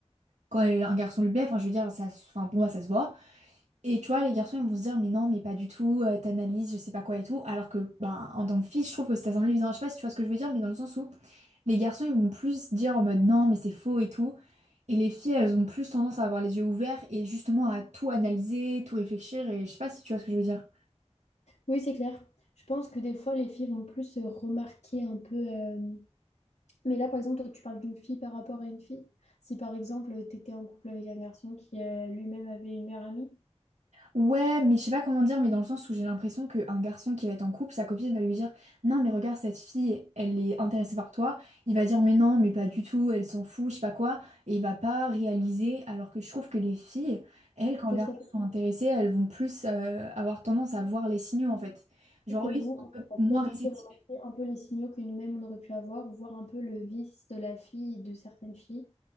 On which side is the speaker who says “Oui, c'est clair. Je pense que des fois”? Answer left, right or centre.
Left